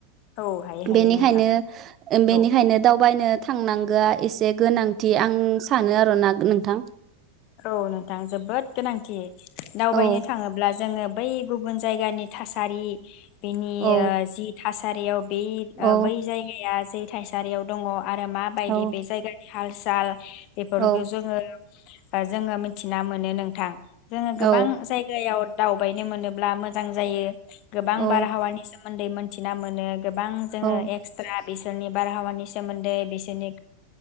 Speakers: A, on the left (about 40°); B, on the right (about 30°).
A: औ हायो हायो
B: बेनिखायनो
A: नोंथां
B: बेनिखायनो
A: औ
B: दावबायनो थांनांगोआ एसे गोनांथि आं सानो आरो ना नोंथां
A: औ नोंथां जोबोद गोनांथि दावबायनो
B: औ
A: थाङोब्ला जोङो बै गुबुन जायगानि थासारि बेनि
B: औ
A: ओ जि थासारियाव बे ओ
B: औ
A: बै जायगाया जे थाइसारियाव दङ आरो माबायदि
B: औ
A: बे जायगानि हाल साल बेफोरखौ
B: औ
A: जोङो ओ जोङो मिथिना मोनो नोंथां। जोङो गोबां
B: औ
A: जायगायाव दाउ बायनो मोनोब्ला मोजां जायो। गोबां
B: औ
A: बारहावानि सो मोन्दै मोनथिना मोनो। गोबां जोङो
B: औ
A: एक्सट्रा बिसोरनि बारहावानि सोमोन्दै बिसोरनि